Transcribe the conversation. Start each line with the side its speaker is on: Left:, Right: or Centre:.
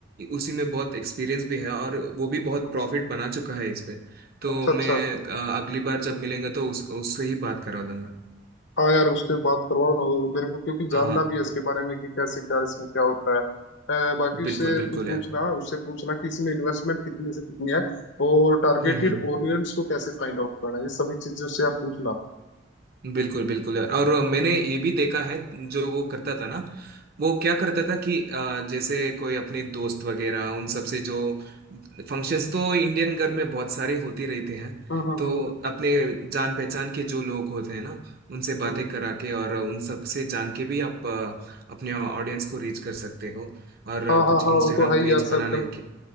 Right: उसी में बहुत एक्सपीरियंस भी है और वो भी बहुत
Left: हम्म।
Right: प्रॉफिट बना चुका है इस पे तो
Left: अच्छा
Right: मैं
Left: अच्छा
Right: अ, अगली बार जब मिलेंगे तो उस उससे ही बात करा लूंगा
Left: हाँ यार उससे बात करवाओ ना और मेरे को क्योंकि
Right: हाँ
Left: जानना
Right: हाँ
Left: भी है इसके बारे में कि कैसे क्या इसमें क्या होता है अ, बाकी उससे
Right: बिल्कुल बिल्कुल
Left: तू पूछना
Right: यार
Left: उससे पूछना कि इसमें इन्वेस्टमेंट कितनी से कितनी है और टारगेटेड
Right: हम्म हम्म,
Left: ऑडियंस को कैसे फाइंड आउट करना है ये सभी चीजें उससे आप पूछना
Right: बिल्कुल बिल्कुल यार और मैंने ये भी देखा है जो वो करता
Left: हम्म
Right: था ना वो क्या करता था कि अ, जैसे कोई अपने दोस्त वगैरह उन सब से जो फंक्शंस तो इंडियन घर में बहुत सारे होते रहते हैं
Left: हम्म हम्म
Right: तो
Left: हम्म, हम्म,
Right: अपने जान पहचान के जो लोग होते हैं ना उनसे बातें
Left: हम्म।
Right: करा के और उन सब से जान के भी आप अ, अपने ऑडियंस को रीच कर सकते हो और अ,
Left: हाँ हाँ
Right: कुछ
Left: हाँ
Right: इंस्टाग्राम
Left: वो तो है ही
Right: पेज
Left: यार सर्कल
Right: बनाने के